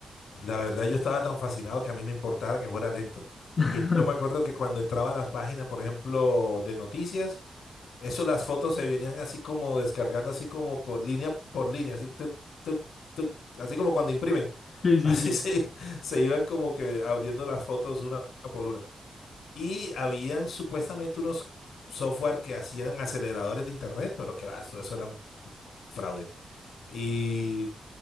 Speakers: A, on the left; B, on the left.
A: La verdad, yo estaba tan fascinado que a mí me importaba que fuera lento.
B: <laughs>
A: Yo, yo me acuerdo que cuando entraba a las páginas, por ejemplo, de noticias, Eso las fotos se venían así como descargando, así como por línea por línea, así, tuc, tuc, tuc, así como cuando imprimen.
B: Sí, sí,
A: Así
B: sí,
A: se, <laughs> se iban como que abriendo las fotos una por una. Y habían supuestamente unos software que hacían aceleradores de internet, pero que va, eso, eso era fraude. y